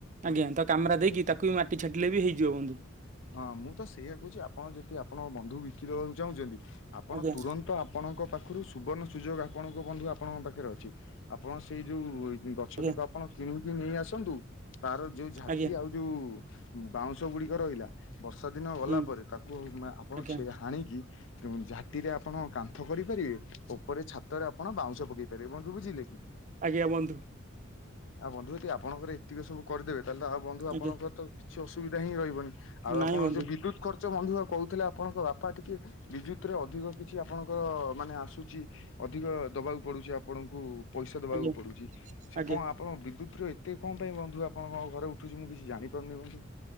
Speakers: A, on the right; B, on the left.
A: ଆଜ୍ଞା ତ କାମରା ଦେଇକି ତାକୁ ବି ମାଟି ଛାଟିଲେ ବି ହେଇଯିବ ବନ୍ଧୁ।
B: ହଁ ମୁଁ ତ ସେଇଆ କହୁଚି ଆପଣ ଯଦି ଆପଣଙ୍କ ବନ୍ଧୁ ବିକି ଦେବାକୁ ଚାହୁଁଛନ୍ତି ଆପଣ
A: ଆଜ୍ଞା
B: ତୁର ତ ଆପଣଙ୍କ ପାଖୁରୁ ସୁବର୍ଣ୍ଣ ସୁଯୋଗ ଆପଣଙ୍କ ବନ୍ଧୁ ଆପଣଙ୍କ ପାଖରେ ଅଛି ଆପଣ ସେଇ ଯୋଉ ଗଛଟିକୁ
A: ଆଜ୍ଞା
B: ଆପଣ କିଣିକି ନେଇ ଆସନ୍ତୁ ତାର ଯୋଉ ଝାଟି
A: ଆଜ୍ଞା
B: ଆଉ ଯୋଉ ବାଉଁଶ ଗୁଡ଼ିକ ରହିଲା। ବର୍ଷା ଦିନ ଗଲା
A: ହୁଁ
B: ପରେ ତାକୁ ମେ ଆପଣ
A: ଆଜ୍ଞା
B: ଛେ ହାଣିକି ଏବଂ ଝାଟିରେ ଆପଣ କାନ୍ଥ କରିପାରିବେ। ଓପରେ ଛାତରେ ଆପଣ ବାଉଁଶ ପକେଇ ପାରିବେ ବନ୍ଧୁ ବୁଝିଲେ କି?
A: ଆଜ୍ଞା ବନ୍ଧୁ।
B: ଆଉ ବନ୍ଧୁ ଯଦି ଆପଣଙ୍କର ଏତିକ ସବୁ କରିଦେବେ ତାଲେ ତ ଆଉ ବନ୍ଧୁ ଆପଣଙ୍କର
A: ଆଜ୍ଞା
B: ତ କିଛି ଅସୁବିଧା ହିଁ ରହିବନି ଆଉ
A: ନାଇଁ
B: ଆପଣ
A: ବନ୍ଧୁ
B: ଯୋଉ ବିଦ୍ୟୁତ କର୍ ଚ ବନ୍ଧୁ ଆଉ କହୁଥିଲେ ଆପଣଙ୍କ ବାପା ଟିକେ ବିଦ୍ୟୁତରେ ଅଧିକ କିଛି ଆପଣଙ୍କର ମାନେ ଆସୁଚି। ଅଧିକ ଦବାକୁ ପଡ଼ୁଚି ଆପଣଙ୍କୁ ପଇସା ଦବାକୁ
A: ଆଜ୍ଞା
B: ପଡ଼ୁଚି ସେ
A: ଆଜ୍ଞା
B: କଁ ଆ ପଣ ବିଦ୍ୟୁତର ଏତେ କଁ ପାଇଁ ବନ୍ଧୁ ଆପଣଙ୍କ ଘରେ ଉଠୁଚି ମୁଁ କିଛି ଜାଣିପାରୁନେଇ ବନ୍ଧୁ।